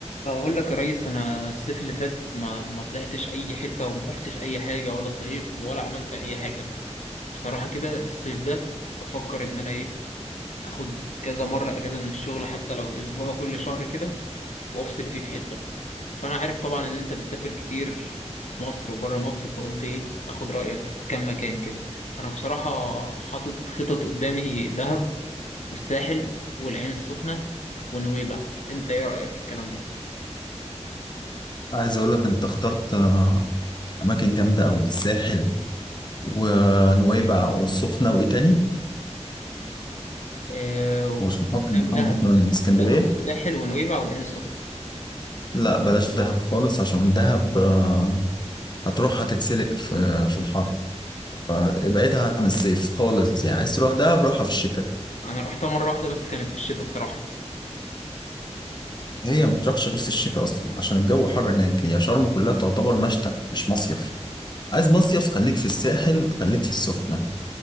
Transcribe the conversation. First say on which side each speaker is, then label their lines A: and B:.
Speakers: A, on the left; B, on the left.
A: بقول لك يا ريس انا الصيف اللي فات ما ما طلعتش اي حته وما رحتش اي حاجه ولا صيفت ولا عملت اي حاجه بصراحه كده الصيف ده بفكر ان انا ايه اخد كذا مره اجازه من الشغل حتى لو اسبوع <laughs> كل شهر كده وافصل فيه في حته فانا عارف طبعا ان انت بتسافر كتير في مصر وبره مصر فقلت ايه اخد رايك في كام مكان كده انا بصراحه حاطط خطط قدامي دهب والساحل والعين السخنه ونويبع انت ايه رايك في الكلام ده
B: عايز اقول لك انت اخترت آه، اماكن جامده قوي الساحل ونويبع والسخنه وايه تاني
A: آه،
B: ومش نحط
A: ده ودهب
B: معاهم مثلا اسكندريه
A: دهب والساحل ونويبع والعين السخنة
B: لا بلاش دهب خالص عشان دهب آه، هتروح هتتسلق في في الحر فابعدها عن الصيف خالص يعني عايز تروح دهب روحها في الشتاء
A: أنا رحتها مرة واحدة بس كانت في الشتاء بصراحة
B: هي ما بتروحش غير في الشتاء اصلا عشان الجو حر هناك هي شرم كلها تعتبر مشتى مش مصيف عايز مصيف خليك في الساحل خليك في السخنه